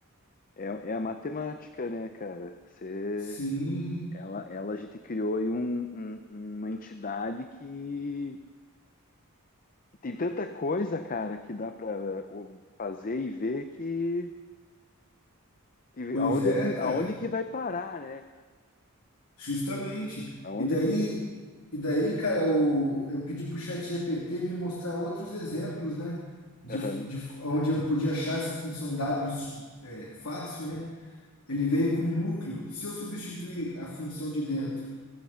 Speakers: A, on the left; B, on the left.
A: é, é a matemática, né, cara? Você,
B: Sim,
A: ela, ela, a gente criou aí um- um- uma entidade que Tem tanta coisa, cara, que dá para fazer e ver que, que
B: pois
A: aonde
B: é,
A: é que
B: cara,
A: aonde que vai parar, né?
B: justamente.
A: Aonde
B: E daí,
A: que
B: e daí, cara, o, eu pedi pro chat ChatGPT me mostrar outros exemplos, né? De,
A: Aham.
B: de onde eu podia achar essa função W é, fácil, né? Ele veio com núcleo. Se eu substituir a função de dentro,